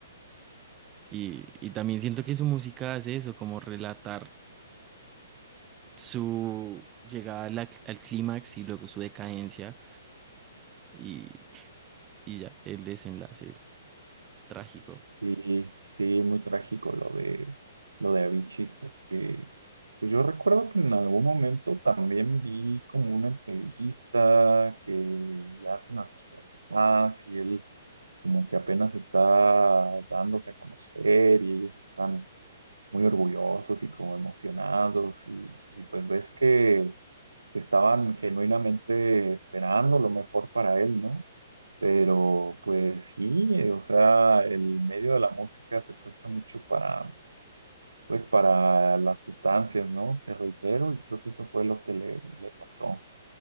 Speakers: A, on the right; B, on the right.
A: y, y también siento que su música hace eso, como relatar su llegada a la- al clímax y luego su decadencia y, y ya, el desenlace trágico.
B: Sí, sí, muy trágico lo de lo de Avicii, porque pues yo recuerdo que en algún momento también vi como una entrevista que le hacen a sus papás y él como que apenas está dándose a conocer y ellos están muy orgullosos y como emocionados y, y pues ves que estaban genuinamente esperando lo mejor para él, ¿no? Pero pues sí, eh, o sea, el medio de la música se presta mucho para, pues, para las sustancias, ¿no? Te reitero, y creo que eso fue lo que le, le pasó.